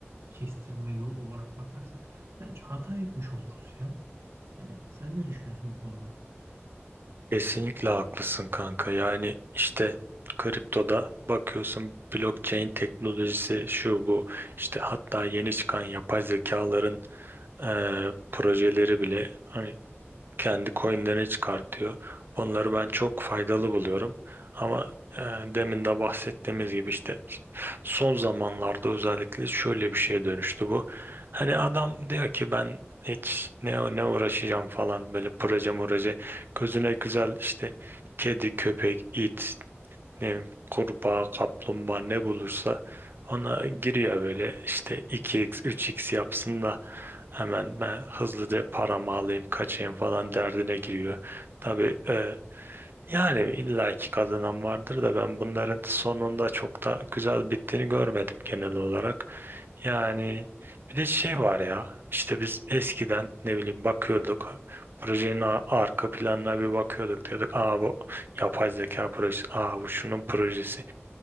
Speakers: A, on the right; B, on the right.
A: kestirme yol olarak bakarsak bence hata etmiş oluruz ya. Yani sen ne düşünüyorsun bu konuda?
B: Kesinlikle haklısın kanka. Yani işte kriptoda bakıyorsun blockchain teknolojisi şu bu işte hatta yeni çıkan yapay zekaların e, projeleri bile hani kendi coinlerini çıkartıyor. Bunları ben çok faydalı buluyorum. Ama e, demin de bahsettiğimiz gibi işte son zamanlarda özellikle şöyle bir şeye dönüştü bu. Hani adam diyor ki ben hiç ne ne uğraşacağım falan böyle proje proje gözüne güzel işte kedi köpek it ne bileyim, kurbağa, kaplumbağa ne bulursa ona giriyor böyle işte 2x, 3x yapsın da hemen ben hızlıca paramı alayım, kaçayım falan derdine giriyor. Tabii e, yani illaki kazanan vardır da ben bunların sonunda çok da güzel bittiğini görmedim genel olarak. Yani bir de şey var ya işte biz eskiden ne bileyim bakıyorduk projenin a- arka planına bir bakıyorduk diyorduk aa bu yapay zeka projesi aa bu şunun projesi